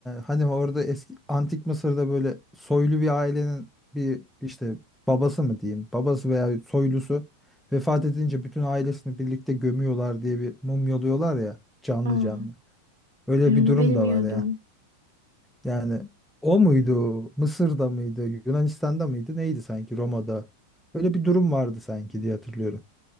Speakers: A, in the centre; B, on the right.
A: hani orada eski antik Mısır'da böyle soylu bir ailenin bir işte babası mı diyeyim? Babası veya soylusu vefat edince bütün ailesini birlikte gömüyorlar diye bir mumyalıyorlar ya canlı
B: Aa,
A: canlı. Öyle
B: ben onu
A: bir durum
B: bilmiyordum.
A: da var ya. Yani o muydu? Mısır'da mıydı? Yunanistan'da mıydı? Neydi sanki Roma'da? Öyle bir durum vardı sanki diye hatırlıyorum.